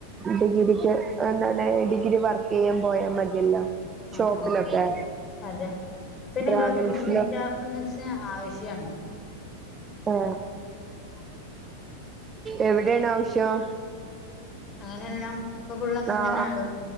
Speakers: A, on the right; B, on the left.
A: ഡിഗ്രിക്ക് എന്താണ് ഡിഗ്രി വർക്ക് ചെയ്യാൻ പോയാ മതിയല്ലോ ഷോപ്പിലൊക്കെ
B: ആഹ് ആഹ് അതെ അതെ പിന്നെ
A: ട്രാവൽസിലൊ
B: ഇതോടുത്തെ ബില്ലിംഗ് സ്റ്റാഫ്ന്ന് വച്ചാ ആവശ്യമാണ്
A: ആ എവിടെയാണ് ആവശ്യം
B: അങ്ങനെയെല്ലാ ഇപ്പൊ ഫുള്ള് അങ്ങെതന്നെയല്ലോ
A: ആഹ്